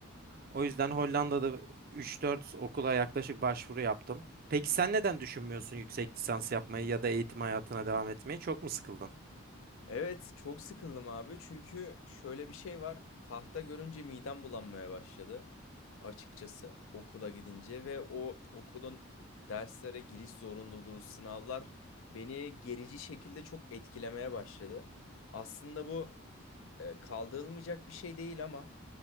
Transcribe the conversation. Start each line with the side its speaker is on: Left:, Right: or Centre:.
Right: O yüzden Hollanda'da üç dört okula yaklaşık başvuru yaptım. Peki sen neden düşünmüyorsun yüksek lisans yapmayı ya da eğitim hayatına devam etmeyi? Çok mu sıkıldın?
Left: Evet, çok sıkıldım abi. Çünkü şöyle bir şey var. Tahta görünce midem bulanmaya başladı açıkçası okula gidince ve o okulun derslere giriş zorunluluğu, sınavlar beni gerici şekilde çok etkilemeye başladı. Aslında bu e, kaldırılmayacak bir şey değil ama